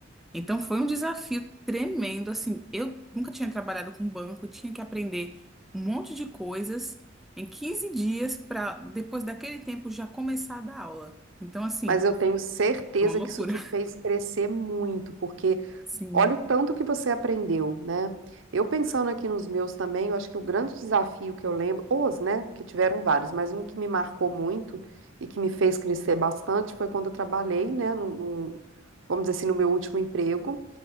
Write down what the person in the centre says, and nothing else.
Então foi um desafio tremendo, assim, eu nunca tinha trabalhado com banco, tinha que aprender um monte de coisas em 15 dias para depois daquele tempo já começar a dar aula. Então assim,
foi uma loucura.
Sim.